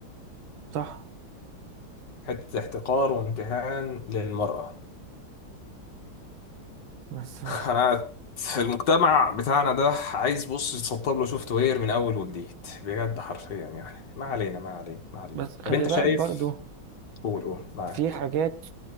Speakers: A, on the right (about 75°); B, on the left (about 60°).
A: صح
B: حته احتقار وامتهان للمراه
A: بس
B: <laughs> انا في المجتمع بتاعنا ده عايز بص يتسطب له سوفت وير من اول وجديد بجد حرفيا يعني ما علينا ما علينا ما علينا
A: بس خلي
B: طب انت
A: بالك
B: شايف
A: برضو
B: قول قول معاك
A: في حاجات